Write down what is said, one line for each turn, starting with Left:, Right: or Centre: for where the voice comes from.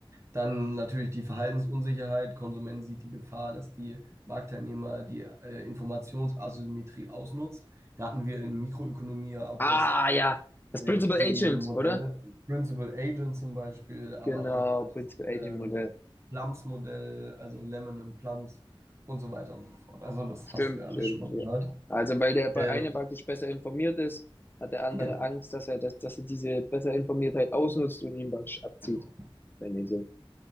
Right: Dann natürlich die Verhaltensunsicherheit. Konsument sieht die Gefahr, dass die Marktteilnehmer die äh, Informationsasymmetrie ausnutzt. Da hatten wir in Mikroökonomie ja auch
Left: Ah,
Right: das
Left: ja. Das
Right: äh,
Left: Principal
Right: die
Left: Agent,
Right: Modelle,
Left: oder?
Right: Principal Agent zum Beispiel, aber
Left: Genau,
Right: auch
Left: Principal
Right: das
Left: Agent
Right: ähm,
Left: Modell.
Right: Plums-Modell, also Lemon and Plums und so weiter und so fort. Also das
Left: Stimmt,
Right: hast du ja alles
Left: stimmt,
Right: schon mal
Left: ja.
Right: gehört.
Left: Also, weil der bei-
Right: Ähm,
Left: eine praktisch besser informiert ist, hat der andere
Right: genau,
Left: Angst, dass er, das, dass er diese besser Informiertheit ausnutzt und ihn praktisch abzieht.
Right: genau.
Left: Wenn ihr so.